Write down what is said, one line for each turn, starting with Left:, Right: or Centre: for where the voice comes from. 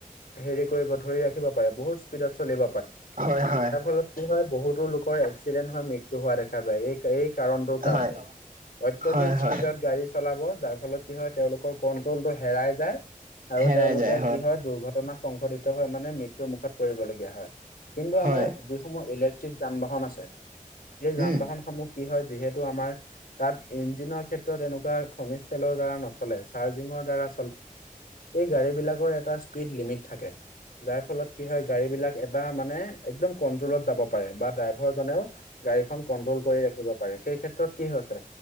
Left: হেৰি কৰিব ধৰি ৰাখিব পাৰে বহুত স্পীডত চলিব
Right: হয়, হয়।
Left: ল কি হয় বহুতো লোকৰ এক্সিডেণ্ট হৈ মৃত্যু হোৱা দেখা যায় এই এই কাৰণটোৰ কাৰণে
Right: হয়,
Left: অত্যাধিক
Right: হয়, হয়।
Left: স্পীডত গাড়ী চলাব যাৰ ফলত কি হয় তেওঁলোকৰ কন্ট্ৰল টো হেৰাই যায় আৰু
Right: হেৰাই
Left: তেওঁলোকে
Right: যায়
Left: কি হয় দুৰ্ঘটনা সংঘটিত হৈ মানে মৃত্যু মুুখত পৰিবলগীয়া হয় কিন্তু
Right: হয়
Left: আমাৰ যিসমূহ ইলেক্ট্ৰিক যান বাহন আছে এই যান
Right: উম
Left: বাহন সমূহ কি হয় যিহেতু আমাৰ তাত ইঞ্জিনৰ ক্ষেত্ৰত এনেকুৱা খনিজ তেলৰ দ্বাৰা নচলে চাৰ্জিংৰ দ্বাৰা গাড়ী বিলাক এটা স্পীদ লিম্মট থাকে যাৰ ফলত কি হয় গাড়ী বিলাক এটা মানে একদম কন্ট্ৰলত যাব পাৰে বা ড্ৰাইভাৰ জনেও গাড়ীখন কন্ট্ৰল কৰি ৰাখিব পাৰে সেই ক্ষেত্ৰত কি হৈছে